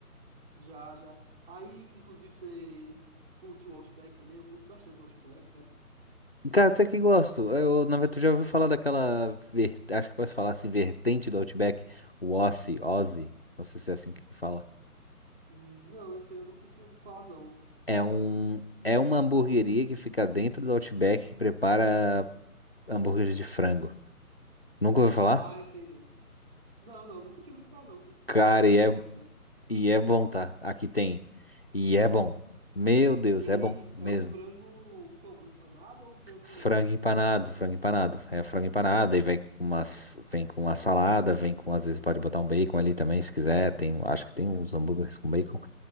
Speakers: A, on the right; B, on the left.
A: Já, já. Aí, inclusive, você curte o Outback também? Eu curto bastante o Outback, sabe?
B: Cara, até que gosto. Eu, na verdade, tu já ouviu falar daquela. ver- Acho que posso falar assim, vertente do Outback, o Ossi, Ozzy. Não sei se é assim que fala.
A: Hum, Não, esse aí eu nunca tinha ouvido falar, não.
B: É um. É uma hamburgueria que fica dentro do Outback que prepara hambúrguer de frango. Nunca ouviu falar?
A: Ah, entendi. Não, não, nunca tinha ouvido falar, não, que
B: Cara,
A: tinha essa vertente
B: e é,
A: do Outback.
B: e é bom, tá? Aqui tem. E é bom. Meu Deus,
A: E aí,
B: é bom mesmo.
A: é o frango como? Empanado ou o frango.
B: Frango empanado, frango empanado. É frango empanado, aí vem com umas, vem com uma salada, vem com, às vezes pode botar um bacon ali também, se quiser. Tem, acho que tem uns hambúrgueres com bacon.